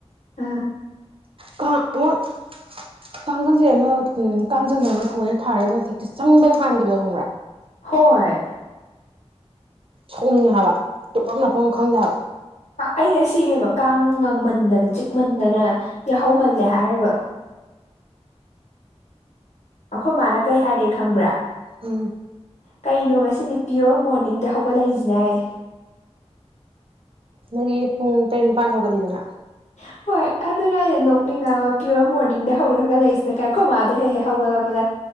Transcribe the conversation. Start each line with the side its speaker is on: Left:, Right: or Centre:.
Left: ꯑꯥ
Right: ꯀꯥꯡ ꯃꯨꯛ ꯀꯥꯡꯈꯟꯁꯦ ꯑꯃ ꯎꯪ ꯀꯥꯡ ꯆꯪꯗꯅꯕ ꯊꯧꯑꯣꯏꯅ ꯊꯥꯔꯦ ꯑꯃꯖꯦ ꯍꯦꯛꯇꯥ ꯆꯪꯕꯩ ꯍꯥꯟꯒꯤꯕꯗꯣ ꯈꯡꯕ꯭ꯔꯥ
Left: ꯍꯣꯏ
Right: ꯁꯥꯎꯅꯤꯡꯉꯦ ꯍꯥꯏꯕ ꯇꯨꯝꯕꯝ ꯂꯥꯛꯐꯝ ꯒ ꯈꯪꯗꯦ ꯍꯥꯏꯕ
Left: ꯑꯩ ꯑꯁꯤꯕꯦꯝꯃ ꯀꯥꯡ ꯉꯪꯃꯟꯗꯅ ꯆꯤꯛꯃꯟꯗꯅ ꯌꯥꯍꯧꯉꯜꯂꯦ ꯍꯥꯏꯔꯒ ꯑꯩꯈꯣꯏ ꯃꯥꯅ ꯀꯩ ꯍꯥꯏꯔꯛꯑꯦ ꯈꯪꯕ꯭ꯔꯥ
Right: ꯎꯝ
Left: ꯀꯩꯅꯣ ꯉꯁꯤꯗꯤ ꯄꯤꯌꯣꯔ ꯃꯣꯔꯅꯤꯡꯗ ꯍꯧꯒꯠꯂꯛꯏꯁꯤ ꯍꯥꯏꯔꯤ
Right: ꯅꯪꯒꯤ ꯄꯨꯡ ꯇꯔꯦꯠ ꯅꯤꯄꯥꯟꯗ ꯍꯧꯒꯠꯂꯤꯗꯅ
Left: ꯍꯣꯏ ꯑꯗꯨꯅꯦ ꯍꯥꯏꯖꯦ ꯅꯣꯛꯅꯤꯡꯉꯕ ꯄꯤꯌꯣꯔ ꯃꯣꯔꯅꯤꯡꯗ ꯍꯧ ꯍꯧꯒꯠꯂꯛꯏꯁꯤꯅ ꯀꯥꯏ ꯑꯩꯈꯣꯏ ꯃꯥꯗꯣ ꯍꯦꯛ ꯂꯩꯔꯤꯁꯤꯅ ꯀꯥꯏ ꯑꯩꯈꯣꯏ ꯃꯥꯗꯣ ꯍꯦꯛ ꯍꯦꯛ ꯍꯧꯒꯠꯂꯛꯄꯗ